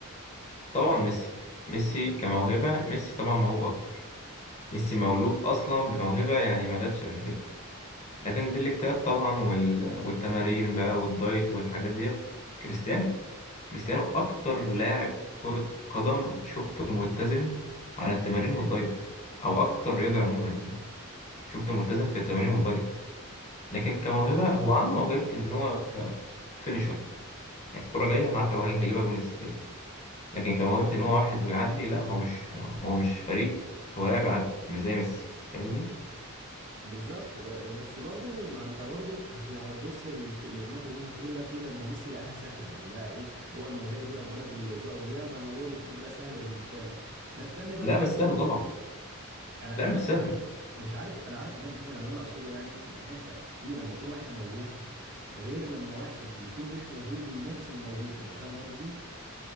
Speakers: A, on the left; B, on the right.
A: طبعا ميسي ميسي كموهبة ميسي طبعا موهوب اكتر ميسي مولود اصلا بموهبة يعني ما جاتش قبل كده لكن بالاجتهاد طبعا وال... والتمارين بقى والدايت والحاجات ديت كريستيانو كريستيانو اكتر لاعب كرة قدم شفته ملتزم على التمارين والدايت او اكتر رياضة عموما يعني شفته ملتزم في التمارين والدايت لكن كموهبة هو عنده موهبة ان هو فينيشر يعني الكرة جاية انا عارف هو هي- هيجيبها جون ازاي لكن كموهبة ان هو واحد ويعدي لا هو مش هو مش فريق هو لاعب عادي مش زي ميسي فاهمني
B: بالظبط ب- بس برضو ما انت برضو هت- هتبص للف- للنقطة دي هتقول لك ايه طب ما هو ميسي لقاها سهلة يعني لقى ايه هو الموهبة دي ربنا بيرزقك بيها فالموضوع بيك- بيبقى سهل بالنسبة لك ناس تانية بقى
A: لا
B: بالترميل
A: مش سهل طبعا
B: انا
A: لا مش
B: لا
A: سهل
B: م- مش عارف انا عارف انها مش سهلة اللي انا اقصده يعني انك انت في لما يكون واحد موهوب غير لما واحد يكون مش موهوب وينافس الموهوب انت فاهم قصدي